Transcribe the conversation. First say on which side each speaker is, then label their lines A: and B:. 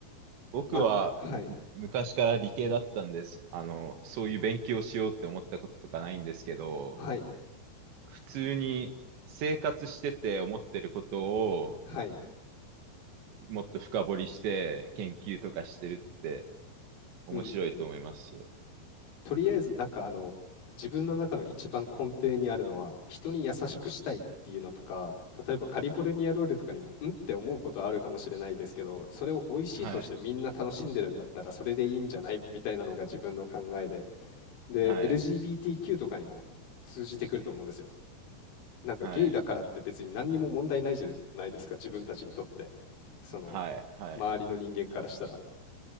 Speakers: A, on the right; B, on the left.
A: 僕はむ昔から理系だったんです。
B: まはい。
A: あの、そういう勉強しようって思ったこととかないんですけど、
B: はい。
A: 普通に生活してて思ってることを
B: はい。
A: もっと深掘りして研究とかしてるって面白いと思います。
B: うんうん。とりあえず、なんかあの、自分の中の一番根底にあるのは、人に優しくしたいっていうのとか、例えばカリフォルニアロールとかにも、うん？って思うことはあるかもしれないですけど、それを美味しいとしてみんな楽しんでるんだったら、
A: はい。
B: それでいいんじゃない？みたいなのが自分の考えで。で、
A: はい。
B: LGBTQ とかにも通じてくると思うんですよ。なんかゲイだからって別に何にも問題ないじゃないですか、
A: はい。
B: 自分たちにとって。その、
A: はい。はい。
B: 周りの人間からしたら。